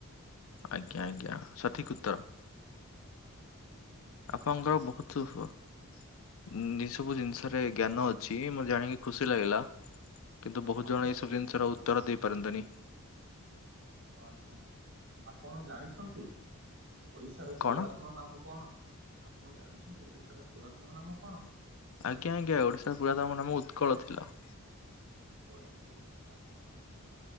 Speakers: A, on the left; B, on the right.
A: ଆଜ୍ଞା ଆଜ୍ଞା ସଠିକ୍ ଉତ୍ତର।
B: ହ
A: ଆପଣଙ୍କର ବହୁତୁ ସୁ ଉଁ ଏ ସବୁ ଜିନିଷରେ ଜ୍ଞାନ ଅଛି ମୁଁ ଜାଣିକି ଖୁସି ଲାଗିଲା। କିନ୍ତୁ ବହୁତ
B: ଆପଣ
A: ଜଣ ଏଇସବୁ
B: କହିଲେ
A: ଜିନିଷର ଉତ୍ତର ଦେଇପାରନ୍ତିନି।
B: ଆଜ୍ଞା ଆଜ୍ଞା ଆପଣ ଜାଣିଛନ୍ତି ଓଡ଼ିଶାର
A: କଣ?
B: ପୁରାତନ ନାମ କଣ? ଆପଣ ଜାଣିଛନ୍ତି ଓଡ଼ିଶାର ପୁରାତନ ନାମ କଣ?
A: ଆଜ୍ଞା ଆଜ୍ଞା ଓଡିଶାର ପୁରାତମ ନାମ ଉତ୍କଳ ଥିଲା।
B: କଳିଙ୍ଗ ବି ଥିଲା।